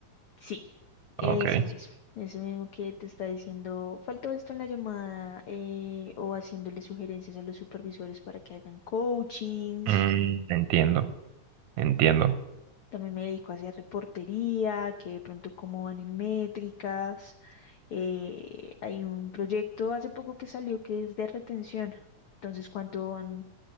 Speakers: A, on the left; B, on the right.
A: Sí,
B: Ok.
A: ese mismo, ese mismo que te está diciendo, faltó esto en la llamada eh, o haciéndole sugerencias a los supervisores para que hagan coachings.
B: Mm, entiendo, entiendo.
A: También me dedico a hacer reportería, que de pronto cómo van en métricas. Eh, hay un proyecto hace poco que salió que es de retención. Entonces, cuánto han